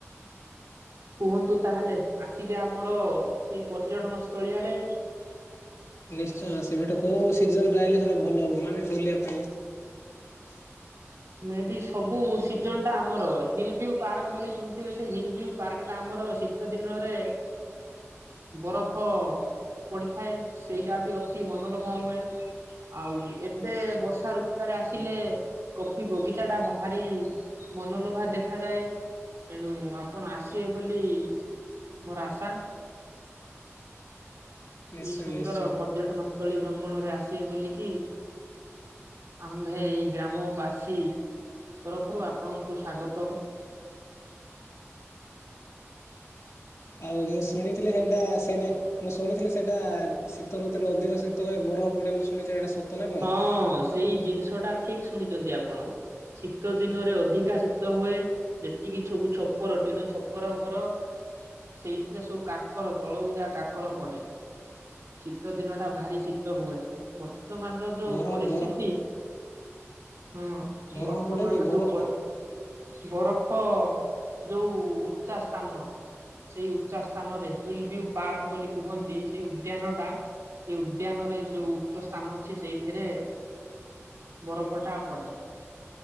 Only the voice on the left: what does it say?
ନିଶ୍ଚୟ ଆସିବି ହେଟା କୋଉ ସିଜନ ରେ ଆଇଲେ ସେଟା ଭଲ ହବ ମାନେ ବୁଲିବା ପାଇଁ।
ନିଶ୍ଚୟ
ନିଶ୍ଚୟ
<inaudible> ଆଉ ମୁଁ ଶୁଣିଥିଲି ହେଇଟା ସେଇଟେ ମୁଁ ଶୁଣିଥିଲି ସେଇଟା ଶୀତ ଋତୁରେ ଅଧିକ ଶୀତ ହୁଏ ବରଫ ପଡେ ବୋଲି ଶୁଣିିଥିଲି ହେଇଟା ସତ ନା କଣ?
ବରଫ
ବରଫ
ବରଫ
ପଡେନି ବରଫ